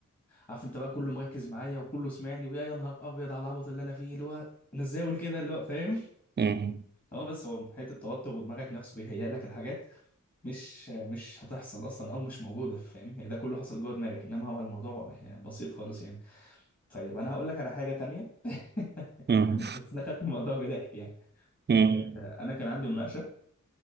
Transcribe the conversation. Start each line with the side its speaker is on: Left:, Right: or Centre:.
Left: عارف انت بقى كله مركز معايا وكله سمعني ويا يا نهار ابيض على العبط اللي انا فيه اللي هو انا ازاي اقول كده اللي هو فاهم
Right: مم.
Left: اه بس هو حته التوتر ودماغك نفسه بيهيأ لك الحاجات مش مش هتحصل اصلا او مش موجوده فاهم يعني ده كله حصل جوه دماغك انما هو الموضوع يعني بسيط خالص يعني طيب انا هقول لك على حاجه تانية <laughs>
Right: مم.
Left: بس انا خدت الموضوع بضحك يعني
Right: مم.
Left: آه، انا كان عندي مناقشه